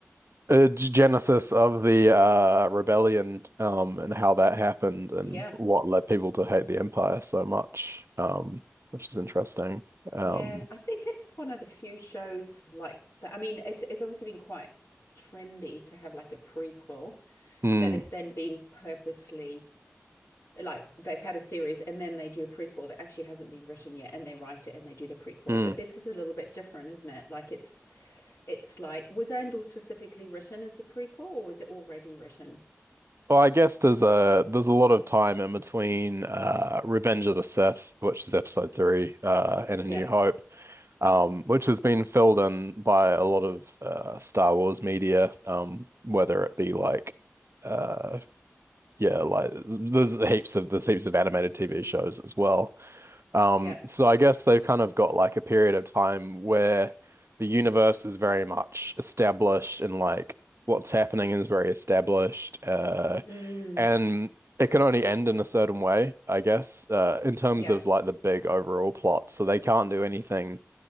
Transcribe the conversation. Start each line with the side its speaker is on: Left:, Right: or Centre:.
Right: uh, genesis of the uh, rebellion um, and how that happened and
Left: yeah.
Right: what led people to hate the Empire so much, um, which is interesting. Um,
Left: Yeah, I think it's one of the few shows like that. I mean, it's it's obviously been quite trendy to have like a prequel
Right: hmm,
Left: that has then been purposely like they've had a series and then they do a prequel that actually hasn't been written yet and they write it and they do the prequel.
Right: hmm.
Left: But this is a little bit different, isn't it? Like it's it's like was Andor specifically written as a prequel or was it already written?
Right: Well, I guess there's a there's a lot of time in between uh, Revenge of the Sith, which is episode three, uh, and
Left: Yeah.
Right: A New Hope, um, which has been filled in by a lot of uh, Star Wars media, um, whether it be like uh Yeah, like there's heaps of there's heaps of animated TV shows as well. Um,
Left: Yeah.
Right: so I guess they've kind of got like a period of time where the universe is very much established and like what's happening is very established. Uh,
Left: Mm,
Right: and it can only end in a certain way, I guess, uh, in terms
Left: yeah.
Right: of like the big overall plot. So they can't do anything